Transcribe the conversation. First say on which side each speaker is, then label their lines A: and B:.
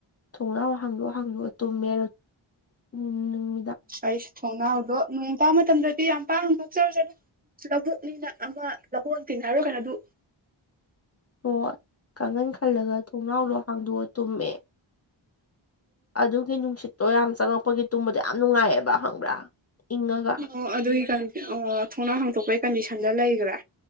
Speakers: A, on the left; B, on the right.
A: ꯊꯣꯡꯅꯥꯎ ꯍꯥꯡꯗꯣꯛꯑꯣ ꯍꯥꯡꯗꯣꯛꯑꯣ ꯇꯨꯝꯃꯦꯔꯣ ꯎꯝ
B: ꯑꯩꯁꯨ ꯊꯣꯡꯅꯥꯎꯗꯣ ꯅꯣꯡ ꯇꯥꯕ ꯃꯇꯝꯗꯗꯤ ꯌꯥꯝ ꯄꯥꯅ ꯊꯣꯛꯣꯛꯆꯔꯨꯁꯅ ꯂꯕꯣꯛꯅꯤꯅ ꯑꯃ ꯂꯕꯛ ꯇꯤꯟꯅꯔꯣ ꯀꯩꯅ ꯑꯗꯨ
A: <unintelligible> ꯑꯣ ꯀꯥꯡꯍꯟ ꯈꯜꯂꯒ ꯊꯣꯡꯅꯥꯎꯗꯣ ꯍꯥꯡꯗꯣꯛꯑ ꯇꯨꯝꯃꯦ ꯑꯗꯨꯒꯤ ꯅꯨꯡꯁꯤꯠꯇꯣ ꯌꯥꯝ ꯆꯪꯉꯛꯄꯒꯤ ꯇꯨꯝꯕꯗꯣ ꯌꯥꯝ ꯅꯨꯡꯉꯥꯏꯑꯕ ꯈꯪꯕ꯭ꯔꯥ ꯏꯪꯉꯒ
B: ꯑꯣ ꯑꯗꯨꯒꯤ ꯑꯣ ꯊꯣꯡꯅꯥ ꯍꯥꯡꯇꯣꯛꯄꯒꯤ ꯀꯟꯗꯤꯁꯟꯗ ꯂꯩꯈ꯭ꯔꯦ